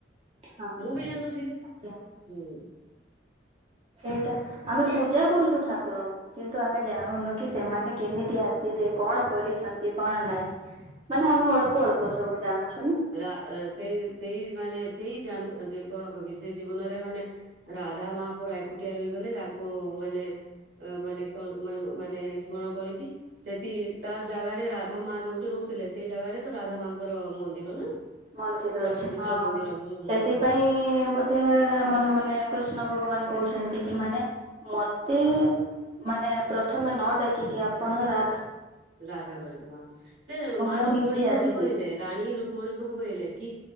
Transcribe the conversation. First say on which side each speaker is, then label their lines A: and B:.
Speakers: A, on the right; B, on the right.
A: <inaudible>
B: ହଁ
A: ମୁଁ ବି ଜାଣିନଥିଲି।
B: ଆଜ୍ଞା।
A: <inaudible> ହୁଁ।
B: ସେଇଟା ଆମେ ପୂଜା କରୁଚୁ ଠାକୁରଙ୍କୁ କିନ୍ତୁ ଆ ମେ ଜାଣୁନୁ କି
A: ହୁଁ
B: ସେମାନେ କେମିତି ଆସ ଆସିଲେ କଣ କରିଛନ୍ତି। କଣ ନାହିଁ ମାନେ ଆମେ ଅଳ୍ପ ଅଳ୍ପ ସବୁ ଜାଣୁଛୁ। ନା
A: ରା ର ସେଇ ସେଇ ମାନେ ସେଇ ଜାନ ଯେ କଣ କହିବି ସେ ଜୀବନରେ ମାନେ ରାଧା ମା ପୁରା ଏକୁଟିଆ ରହିଗଲେ ତାଙ୍କୁ ମାନେ ମାନେ କଣ ମ ମାନେ ସ୍ମରଣ କରିକି ସେଠି ତା ଜାଗାରେ ରାଧା ମା ଯୋଉଠି ରହୁ। ଥିଲେ ସେଇ ଜାଗାରେ ତ ରାଧା ମାଙ୍କ ଙ୍କର ମନ୍ଦିର ର ନା
B: ମନ୍ଦିର
A: ପୁରା
B: ଅଛି
A: ପବିତ୍ର
B: ହଁ
A: ମନ୍ଦିର ହୁଁ
B: ସେଥିପାଇଁ
A: ହୁଁ ହୁଁ
B: ବୋଧେ ଆମର ମାନେ କୃଷ୍ଣ ଭଗବାନ କହୁଛନ୍ତି କି ମାନେ ମତେ ମାନେ ପ୍ରଥମେ ନ ଡାକିକି ଆପଣ ରା
A: ରାଧାଙ୍କୁ ଡାକନ୍ତୁ ହଁ ସେ
B: ତ
A: ମା
B: ମୁଁ
A: ରୁକ୍ମଣୀଙ୍କୁ
B: ନିଜେ ଆସିଯିବି
A: ବି କହିଲେ ରାଣୀ ରୁକ୍ମଣୀଙ୍କୁ ବି କହିଲେ କି